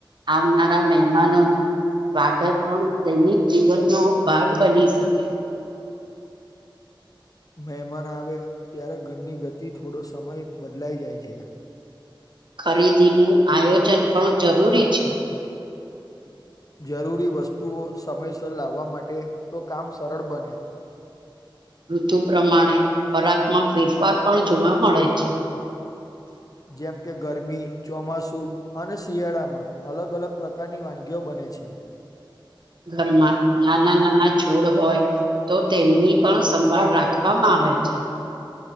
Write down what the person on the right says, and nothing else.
આવનારા મહેમાનો નું સ્વાગત પણ દૈનિક જીવનનો ભાગ બની શકે
ખરીદી નું આયોજન પણ જરૂરી છે. <inaudible>
ઋતુ પ્રમાણે ખોરાકમાં ફેરફાર પણ જોવા મળે છે.
<inaudible> ઘરમાં નાના નાના છોડ હોય તો તેમની પણ સંભાળ રાખવામાં આવે આવે છે.